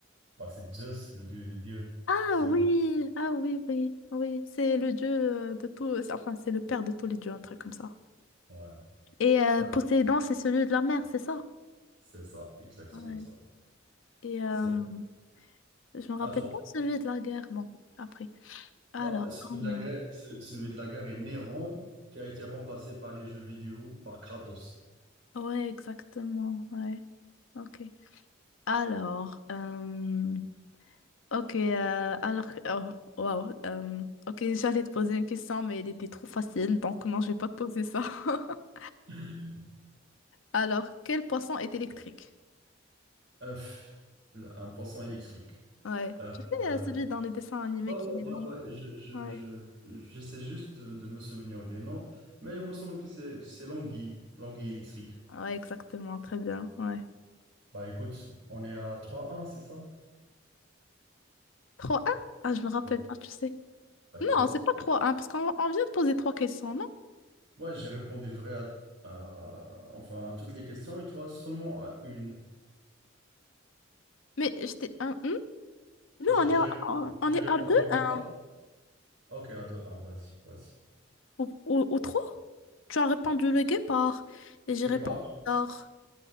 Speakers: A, on the right (about 55°); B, on the left (about 75°).
A: Bah, c'est Zeus, le dieu des dieux.
B: Ah
A: C'est lui.
B: oui, ah oui, oui, oui. C'est le dieu euh, de tout... Enfin, c'est le père de tous les dieux, un truc comme ça.
A: Ouais.
B: Et euh,
A: Ah,
B: Poséidon, c'est celui de la mer, c'est ça?
A: c'est ça, exactement
B: Ouais.
A: ça.
B: Et euh,
A: C'est
B: je me rappelle
A: à toi.
B: pas de celui de la guerre. Bon, après. Alors,
A: Bah, celui
B: ah non.
A: de la guerre, c'est- celui de la guerre est Néron, qui a été remplacé par les jeux vidéo par Kratos.
B: Ouais, exactement. Ouais. Ok. Alors, euh, ok. euh, alors, oh, wow. euh, ok, j'allais te poser une question, mais elle était trop facile, donc non, je vais pas te poser ça. <laughs>
A: <laughs>
B: Alors, quel poisson est électrique?
A: Euh, pff, le- un poisson électrique.
B: Ouais. Tu sais,
A: Euh,
B: euh, celui dans les dessins animés
A: ouais, ouais,
B: qui est
A: ouais,
B: long.
A: ouais, je, je,
B: Ouais.
A: je, j'essaie juste de me souvenir des noms, mais il me semble que c'est c'est l'anguille, l'anguille électrique.
B: Ouais, exactement. Très bien. Ouais.
A: Bah écoute, on est à 3-1, c'est ça?
B: trois un Ah, je me rappelle
A: Bon,
B: pas, tu sais.
A: bah,
B: Non,
A: écoute,
B: c'est pas trois un parce qu'on on vient de poser trois questions.
A: moi j'ai répondu vrai à, à- enfin, à toutes les questions et toi seulement à une.
B: Mais j'étais un. hmm Non,
A: J'ai
B: on est
A: j'ai
B: à,
A: répondu
B: on on
A: j'ai
B: est
A: répondu
B: à deux,
A: Guépa.
B: un
A: Ok, à deux, un, vas-y, vas-y.
B: ou, ou, ou trois. Tu as répondu le guépard et j'ai
A: Guépa,
B: répondu l'or.